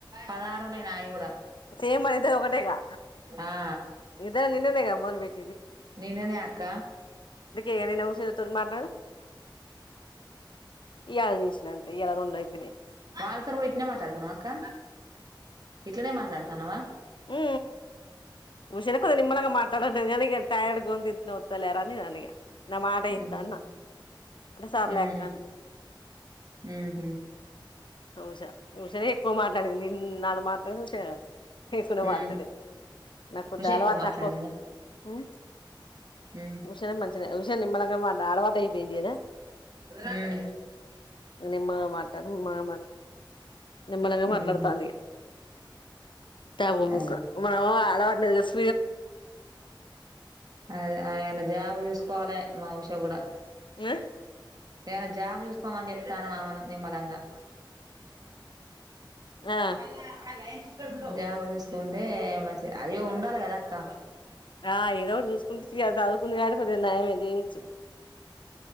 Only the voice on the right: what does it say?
పదహారు ఉన్నాయి నాయి కూడా
ఆ
నిన్ననే అక్క
వాళ్ళతోని కూడా ఇట్నే మాట్లాడుతునవా అక్క ఇట్లనే మాట్లాడుతాన్నావా
ఉహు
ఉహు
ఉహు
ఉ
ఉష ఎక్కువ మాట్లాడిందా
ఉ
ఉ
ఉహు
అదే
అదే ఆయన్న జాబ్స్ చూసుకోవాలె మ కూడా
ఏదైనా జాబ్ చూకోమని చెప్ప తానం అవను నిమ్మలంగా
అది మళ్ళ అలన్ జాబ్ చూసుకుంటే మంచిది అయ్యో ఉండాలి కదా అక్క